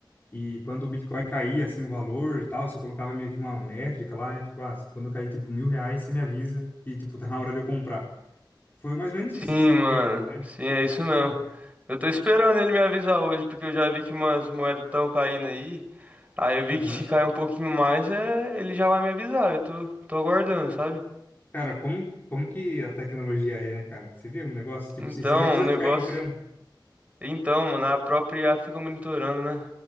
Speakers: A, on the left (about 25°); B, on the right (about 15°).
A: e quando o Bitcoin caía assim o valor e tal, você colocava meio que uma métrica lá, tipo, ah, quando cair tipo mil reais, você me avisa e tipo, tá na hora de eu comprar. Foi mais ou menos
B: Sim,
A: isso que você
B: mano.
A: comentou, né?
B: Sim, é isso mesmo. Eu tô esperando ele me avisar hoje, porque eu já vi que umas moedas tão caindo aí. Aí eu vi
A: Aham.
B: que se cair um pouquinho mais, é, ele já vai me avisar. Eu tô, tô aguardando, sabe?
A: Cara, como, como que a tecnologia é, né, cara? Você vê um negócio, tipo
B: Então,
A: assim, você nem precisa
B: o negócio.
A: ficar entrando.
B: Então, mano, a própria IA fica monitorando, né?